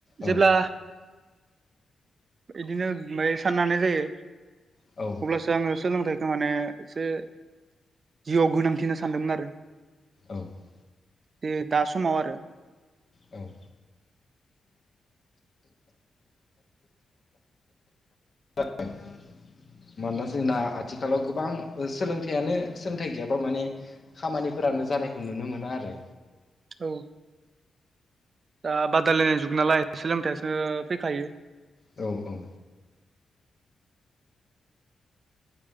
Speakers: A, on the left; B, on the right.
A: औ
B: जेब्ला इदिनो फ्राय साननाय जायो।
A: औ
B: अब्लासो आङो सोलोंथाइखौ माने एसे जिउआव गोनांथि इदि होनना सानदोंमोन आरो
A: औ
B: दे दा समाव आरो
A: औ उम <unintelligible> मानोना जोंना आथिखालाव गोबां सोलोंथाइयानो सोलोंथाइ गैयाबा माने खामानिफोरानो जानायखौ नुनो मोना आरो।
B: औ दा बादायलायनाय जुग नालाय सोलोंथाइसो फैखायो।
A: औ औ